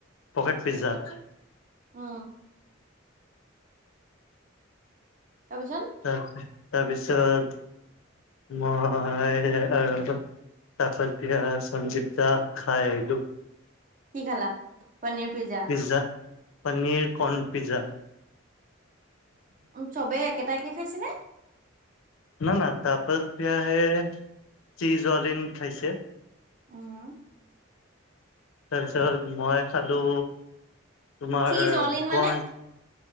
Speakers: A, on the left; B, on the right.
A: পকেট পিজ্জাত।
B: অ। তাৰপিছত?
A: তাৰ তাৰপিছত মই আৰু তাৰপিছত পিয়া সঞ্জীৱ দা খাই এইটো',
B: কি খালা, paneer pizza?
A: Pizza, paneer corn pizza',
B: উম', চবেই একেটাকেই খাইছে নে?
A: না', - না', তাৰপাছত পিয়া হে, চীজ অল-ইন খাইছে',
B: উম',
A: তাৰপিছত মই খালোঁ তোমাৰ
B: চীজ অল ইন মানে?
A: কৰ্ণ',